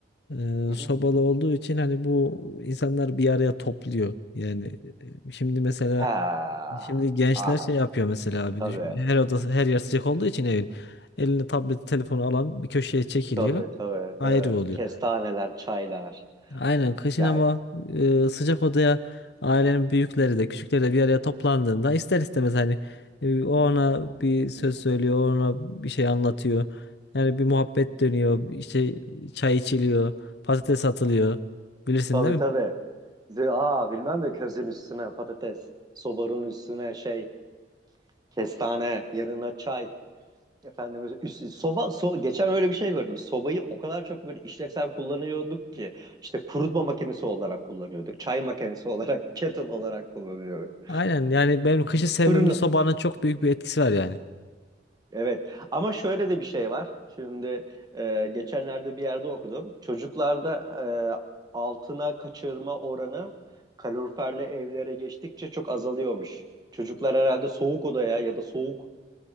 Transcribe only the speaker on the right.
Hı hı.
Ha,
ah
tabii
tabii tabii
tabii.
Kestaneler, çaylar.
Yani
Tabii
tabii.
Ze- Aa bilmem mi közün üstüne patates, sobanın üstüne şey, kestane, yanına çay. Efendim üst, soba so, geçen öyle bir şey gördüm. Sobayı o kadar çok böyle işlevsel kullanıyorduk ki işte kurutma makinesi olarak kullanıyorduk. Çay makinesi <laughs> olarak, kettle olarak kullanıyorduk.
Fırını
Evet ama şöyle de bir şey var. Şimdi e, geçenlerde bir yerde okudum. Çocuklarda e, altına kaçırma oranı kaloriferli evlere geçtikçe çok azalıyormuş. Çocuklar herhalde soğuk odaya ya da soğuk